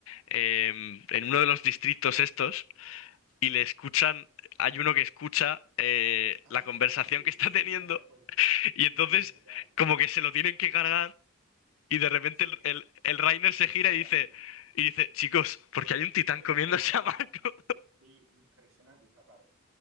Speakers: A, on the left; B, on the right.
A: em, en uno de los distritos estos y le escuchan, hay uno que escucha eh,
B: Ah,
A: la conversación
B: sí,
A: que
B: sí,
A: está
B: sí,
A: teniendo
B: ya sé cuál decir.
A: y
B: Sí,
A: entonces
B: que la,
A: como que se lo tienen que cargar y de repente
B: sí,
A: el,
B: que
A: el,
B: el-
A: el Reiner
B: le, le
A: se gira
B: sacan
A: y dice,
B: el,
A: y dice, chicos, porque hay un titán
B: ¿por qué
A: comiéndose
B: lo están matando
A: a Marco.
B: a Mark? Sí, impresionante esa parte.